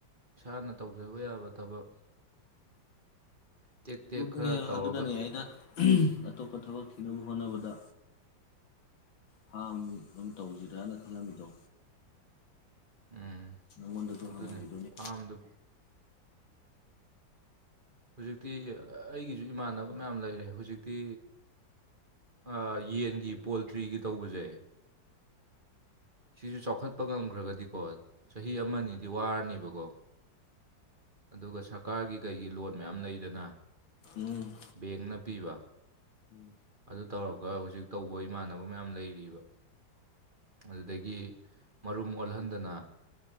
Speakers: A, on the right (about 25°); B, on the left (about 85°).
A: ꯏꯁꯥꯅ ꯇꯧꯖꯕ ꯌꯥꯕ ꯊꯕꯛ ꯇꯦꯛ
B: ꯑꯗꯨꯅꯦ
A: ꯇꯦꯛ ꯈꯔ ꯇꯧꯔꯒ
B: ꯑꯗꯨꯅꯅꯦ ꯑꯩꯅ ꯑꯇꯣꯞꯄ ꯊꯕꯛ ꯊꯤꯅꯕ ꯍꯣꯠꯅꯕꯗ ꯐꯥꯝ ꯑꯃ ꯇꯧꯖꯤꯔꯅ ꯈꯜꯂꯝꯃꯤꯗꯣ
A: ꯎꯝ
B: ꯅꯪꯉꯣꯟꯗꯖꯨ
A: ꯑꯗꯨꯅꯤ
B: ꯍꯪꯉꯝꯃꯤꯗꯨꯅꯤ
A: ꯐꯥꯝꯗꯨ ꯍꯧꯖꯤꯛꯇꯤ ꯑꯩꯒꯤꯖꯨ ꯏꯃꯥꯟꯅꯕ ꯃꯌꯥꯝ ꯂꯩꯔꯦ ꯍꯧꯖꯤꯛꯇꯤ ꯑ ꯌꯦꯟꯒꯤ ꯄꯣꯜꯇ꯭ꯔꯤꯒꯤ ꯇꯧꯕꯖꯦ ꯁꯤꯖꯨ ꯆꯥꯎꯈꯠꯄ ꯉꯝꯒ꯭ꯔꯒꯗꯤꯀꯣ ꯆꯍꯤ ꯑꯃꯅꯤꯗꯤ ꯋꯥꯔꯅꯦꯕꯀꯣ ꯑꯗꯨꯒ ꯁꯔꯀꯥꯔꯒꯤ ꯀꯩꯒꯤ ꯂꯣꯟ ꯃꯌꯥꯝ ꯂꯩꯗꯅ
B: ꯎꯝ
A: ꯕꯦꯛꯅ ꯄꯤꯕ
B: ꯎꯝ
A: ꯑꯗꯨ ꯇꯧꯔꯒ ꯍꯧꯖꯤꯛ ꯇꯧꯕ ꯏꯃꯥꯟꯅꯕ ꯃꯌꯥꯝ ꯂꯩꯔꯤꯕ ꯑꯗꯨꯗꯒꯤ ꯃꯔꯨꯝ ꯑꯣꯜꯍꯟꯗꯅ